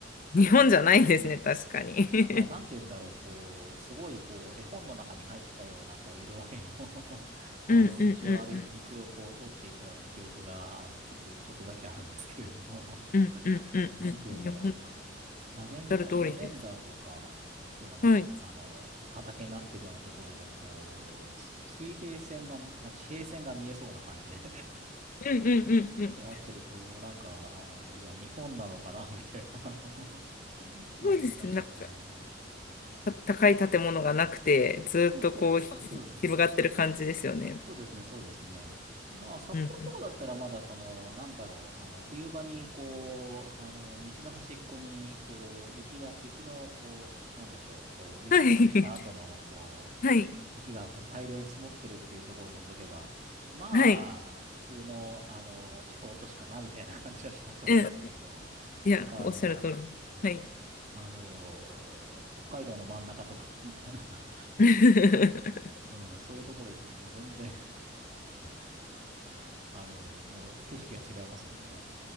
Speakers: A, on the left; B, on the right.
A: うん。日本じゃないですね、確かに。<laughs>
B: なんか、なんて言うんだろう、こう、すごい、こう、絵本の中に入ったような、こう、色合いの <laughs> あの、
A: うんうんうん
B: 道を歩い、道をこう、通っていたような記憶が、あの、ちょっと、ちょっとだけあるんですけれども <laughs>
A: うんうんうんうんうん。
B: なんて言うんだろ
A: いや、ほんとおっ
B: う。ラベンダー、
A: しゃる通りです。
B: ラベンダーとか、そういうのが、
A: はい。
B: あの、畑になってるようなところで、こう、す水平線が、あ、地平線が見えそうな感じで <laughs> っ
A: うんうんうんうん。
B: てなってると、なんか、あの、いや、日本なのかな、みたいな、あの <laughs> 気持ちになることがありますね。
A: そうですね。なんか、た高い建物がなくて、ずーっとこう、
B: そうそうそうそう、
A: ひ
B: そうですね。
A: 広がってる感じですよね。
B: そうですね、そうですね。まあ、札幌とかだったらまだその、
A: うんうん。
B: なんだろう、あの、冬場にこう、あの、道の端っこに、こう、雪が、雪の、こう、なんでしょう、こう、雪かきした後の、
A: はい。<laughs>
B: こう、
A: はい。
B: 雪がこう大量に積もってるっていうところを除けば、まあ、
A: はい。はい
B: 普通の、あの、地方都市かな、みたいな感じはしなくもないですけど、
A: うん
B: <laughs>
A: いや、
B: なんかあの、
A: おっしゃるだ通かり。
B: うん
A: ら、はい。
B: あの、北海道の真ん中とか <laughs>
A: <laughs>
B: うん、そういうところ行くともう全然 <laughs> あの、もう景色が違いますもんね。